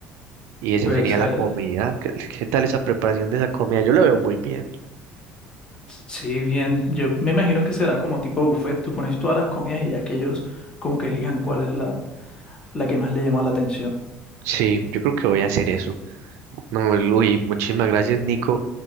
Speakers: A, on the right (about 75°); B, on the left (about 20°).
A: Y esa
B: Puede
A: sería
B: ser.
A: la comida. ¿Qué, qué tal esa preparación de esa comida? Yo lo veo muy bien.
B: Sí, bien. Yo me imagino que será como tipo buffet. Tú pones todas las comidas y ya que ellos como que elijan cuál es la, La que más le llama la atención.
A: Sí, yo creo que voy a hacer eso. No, Luis, muchísimas gracias, Nico.